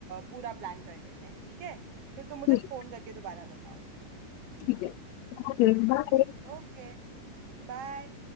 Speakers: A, on the right; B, on the left.
A: पूरा प्लान कर लेते हैं ठीक है फिर तुम मुझे
B: ठीक
A: फोन करके दोबारा बताओ
B: ठीक है ओके बाय
A: Okay bye